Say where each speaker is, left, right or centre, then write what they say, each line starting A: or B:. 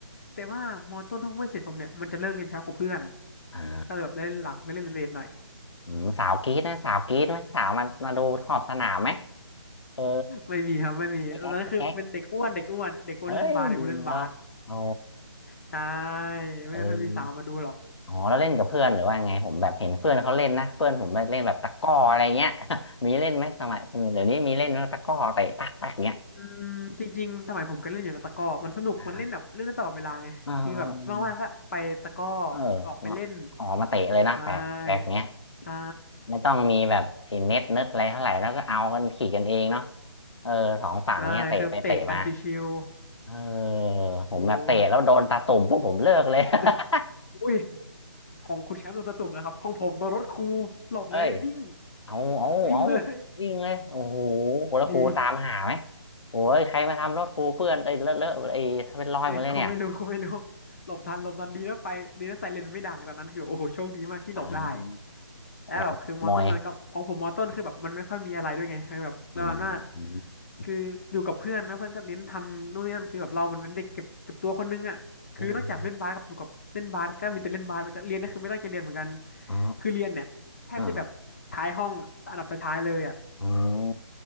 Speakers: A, on the left; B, on the left.
A: แต่ว่ามอต้นห้องเพื่อนเสร็จผมเนี่ยมันจะเลิกเรียนเช้ากว่าเพื่อน
B: อ่า
A: ก็เลยแบบได้เล่นหลังได้เล่นเลทหน่อย
B: อืมสาวกรี๊ดนะสาวกรี๊ดไหมสาวมามาดูขอบสนามไหมเออ
A: ไม่มีครับไม่มีตอนนั้นคือเป็นเด็กอ้วนเด็กอ้วนเด็กอ้วนเล่นบาสเด็กอ้วนเล่นบาส
B: พี่แอ๊กพี่แอ๊กเอ้ยเนอะโอ้
A: ใช่
B: เออ
A: ไม่ค่อยมีสาวมาดูหรอก
B: อ๋อแล้วเล่นกับเพื่อนหรือว่าไงผมแบบเห็นเพื่อนเขาเล่นนะเพื่อนผมเล่นแบบตะกร้ออะไรเงี้ย <laughs> มีเล่นไหมสมัยเดี๋ยวนี้มีเล่นนะตะกร้อเตะปักปักเงี้ย
A: อืมจริงๆสมัยผมก็เล่นอยู่นะตะกร้อมันสนุกมันเล่นแบบเล่นได้ตลอดเวลาไงคือแบบว่างๆก็ไปตะกร้อ
B: อ่าเออเออออกมาเตะเลยนะแปลกแปลกเงี้ย
A: ออกไปเล่นใช่ใช่
B: ไม่ต้องมีแบบไอ้เน็ตเน็ตอะไรเท่าไหร่แล้วก็เอากันขี่กันเองเนาะเออสองฝั่งเนี้ยเตะไปเตะมา
A: ใช่คือแบบเตะกันชิว
B: เออผมแบบเตะแล้วโดนตาตุ่มพวกผมเลิกเลย
A: ถูก
B: <laughs>
A: <laughs> อุ้ยของคุณแชมป์โดนตะตุ่มนะครับ ของผมโดนรถครูหลบเลยวิ่ง
B: เอ้ยเอาเอาเอา
A: วิ่งเลย
B: วิ่งเลยโอ้โหแล้วครูตามหาไหม
A: <laughs> หนี
B: โอ้ยใครมาทำรถครูเพื่อนเอ้ยเลอะเลอะไอ้าเป็นรอยหมดเลยเนี่ย
A: เอ้ยครูไม่รู้ครูไม่รู้ หลบทันหลบทันดีนะไฟดีนะไซเรนไม่ดังตอนนั้นคือโอ้โหโชคดีมากที่หลบได้
B: อ่า
A: แล้วแบบคือมอต้นมันก็ของผมมอต้นคือแบบมันไม่ค่อยมีอะไรด้วยไงแบบประมาณว่า
B: อยากขโมยอืม <laughs> อื
A: คืออยู่กับเพื่อนนะเพื่อนก็เน้นทำนู่นนี่นั่นคือแบบเรามันเป็นเด็กเก็บเก็บตัวคนนึงอ่ะคือนอกจากเล่นบาสกับอยู่กับเล่นบาสก็มีแต่เล่นบาสแล้วก็เรียนก็คือไม่ตั้งใจเรียนเหมือนกัน
B: มอมอ๋อ
A: คือเรียนเนี่ยแทบจะแบบท้ายห้องอันดับท้ายๆเลยอ่ะ
B: อ๋ออ๋ออืม